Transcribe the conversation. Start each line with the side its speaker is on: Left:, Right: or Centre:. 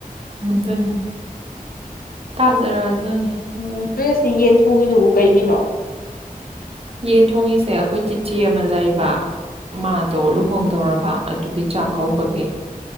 Right: ꯑꯗꯨꯅꯤ ꯇꯥꯖꯥꯔꯖꯥꯅꯤ
Left: ꯎꯝ ꯃꯦꯁꯤ ꯌꯦꯟ ꯊꯣꯡꯉꯤꯗꯨꯕꯨ ꯀꯩꯒꯤꯅꯣ
Right: ꯌꯦꯟ ꯊꯣꯡꯉꯤꯁꯦ ꯑꯩꯈꯣꯏ ꯆꯤꯆꯦ ꯑꯃ ꯂꯩꯕ ꯃꯥꯗꯣ ꯔꯨꯝ ꯍꯣꯡꯗꯧꯔꯕ
Left: ꯎꯝ
Right: ꯑꯗꯨꯒꯤ ꯆꯥꯛ
Left: ꯎꯝ
Right: ꯀꯧꯕꯒꯤ